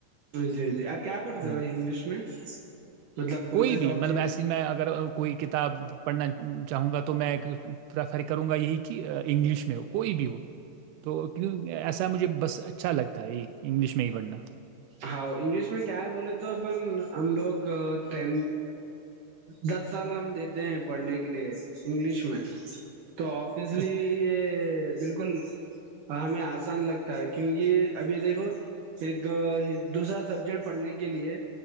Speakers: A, on the right; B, on the right.
A: جی جی آپ کیا پڑھتے
B: ہوں،
A: ہوائی انگلش میں مطلب کون
B: کوئی
A: سے
B: بھی
A: ٹاپک
B: مطلب ایسی میں اگر آ، کوئی کتاب پڑھنا چاہوں گا تو میں پریفر کروں گا یہی کہ انگلش میں ہو کوئی بھی ہو تو کیوں ایسا مجھے بس اچھا لگتا ہے یہ انگلش میں ہی پڑھنا
A: ہاں انگلش میں کیا ہے بولے تو اپن ہم لوگ ٹین دس سال ہم دیتے ہیں پڑھنے کے لیے انگلش میں تو آفیسلی
B: اچ-
A: یہ بالکل ہمیں آسان لگتا ہے کیونکہ ابھی دیکھو ایک دوسرا سبجیکٹ پڑھنے کے لیے